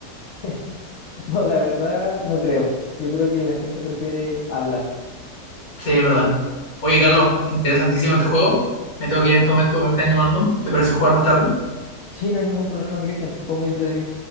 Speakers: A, on the left; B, on the left.
A: <laughs> No, la verdad, no creo. Yo creo que la gente prefiere hablar.
B: Sí, es verdad. Oye, Carlos, interesantísimo este juego. Me tengo que ir en este momento, me están llamando. ¿Te parece jugar más tarde?
A: Sí, no hay ningún problema, Cristian. Fue muy entretenido.